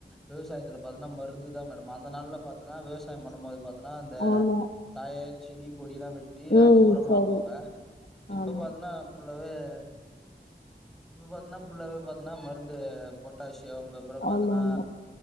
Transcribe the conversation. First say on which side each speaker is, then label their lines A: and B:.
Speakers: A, in the centre; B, on the left.
A: விவசாயத்துல பாத்னா மருந்து தா மேடம் அந்த நாள்ல பாத்தனா விவசாயம் பண்ணும் போது அதா அந்த
B: ஆமா
A: தாய செடி கொடிலா வெட்டி
B: ம்
A: அந்த உரமா
B: சரி
A: ஆக்குவாங்க இப்ப
B: ஆமா
A: பாத்தனா <unintelligible> இப்போ பாத்ன ஃபுல்லாவே பாத்தீன்னா மருந்து பொட்டாஷ் ஷியம் அப்புற பாத்தன்னா
B: ஆமாமா